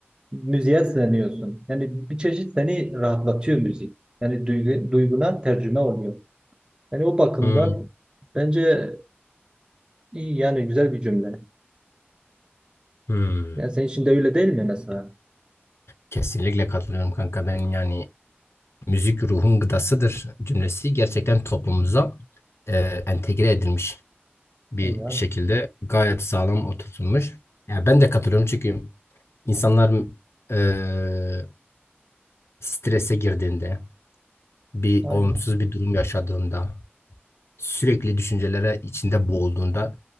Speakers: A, on the right; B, on the left.
A: müziğe sığınıyorsun. Yani bir çeşit seni rahatlatıyor müzik. Yani duygu, duyguna tercüme oluyor. Yani o bakımdan
B: Hmm.
A: bence iyi yani güzel bir cümle.
B: Hmm.
A: Yani senin için de öyle değil mi mesela?
B: Kesinlikle katılıyorum kanka. Ben yani müzik ruhun gıdasıdır cümlesi gerçekten toplumumuza e, entegre edilmiş. bir
A: Yani,
B: şekilde gayet sağlam oturtulmuş. Yani ben de katılıyorum çünkü insanlar e, strese girdiğinde, bir
A: aynen.
B: olumsuz bir durum yaşadığında, sürekli düşüncelere içinde boğulduğunda